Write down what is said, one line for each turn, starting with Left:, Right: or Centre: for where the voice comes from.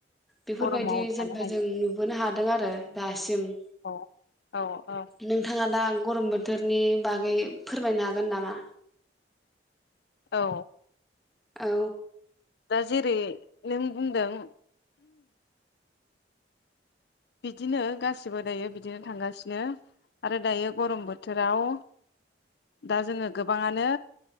Centre: बेफोरबायदि
Left: गरमाव
Centre: जेनेबा
Left: थानो हायो
Centre: जों नुबोनो हाद दों आरो दासिम
Left: औ। औ औ
Centre: नोंथाङा दा गरम बोथोरनि बागै फोरमायनो हागोन नामा?
Left: औ।
Centre: औ।
Left: दा जेरै नों बुंदों। बिदिनो गासिबो दायो बिदिनो थांगासिनो आरो दायो गरम बोथोराव दा जोङो गोबाङानो